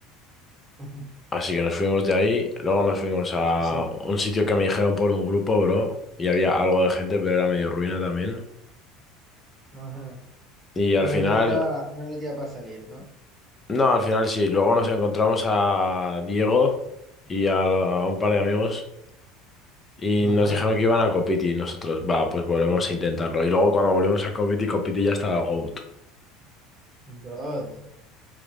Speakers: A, on the right; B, on the left.
A: Ujú.
B: Así que nos fuimos de ahí. Luego nos fuimos a
A: O
B: un sitio que me dijeron por un grupo, bro. Y había algo de gente, pero era medio ruina también.
A: ajá.
B: Y al
A: O sea
B: final,
A: que no era, no era el día para salir, ¿no?
B: no, al final sí. Luego nos encontramos a Diego y a, la- a un par de amigos. Y
A: Ajá.
B: nos dijeron que iban a Copiti y nosotros, va, pues volvemos a intentarlo. Y luego cuando volvimos a Copiti, Copiti ya estaba GOAT.
A: God,